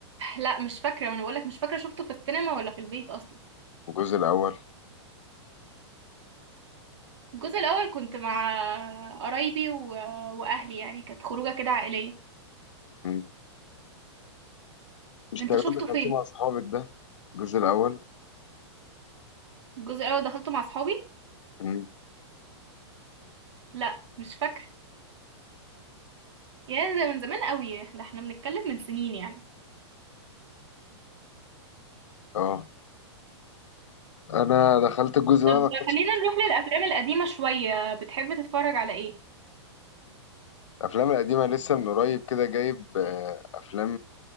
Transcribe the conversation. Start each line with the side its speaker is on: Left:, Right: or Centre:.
Right: لا مش فاكرة وانا بقولك مش فاكرة شفته في السينما ولا في البيت اصلا
Left: الجزء الأول
Right: الجزء الاول كنت مع قرايبي و... واهلي يعني كانت خروجه كده عائليه
Left: مم. مش
Right: انت
Left: تقريبا
Right: شفته
Left: دخلتيه
Right: فين
Left: مع صحابك ده الجزء الأول
Right: الجزء الاول دخلته مع اصحابي
Left: مم.
Right: لا مش فاكره يعني ده من زمان قوي ده احنا بنتكلم من سنين يعني
Left: اه أنا دخلت الجزء
Right: طب
Left: ده ما دخلتش
Right: خلينا نروح للافلام القديمه شويه بتحب تتفرج على ايه
Left: الأفلام القديمة لسه من قريب كده جايب آه، أفلام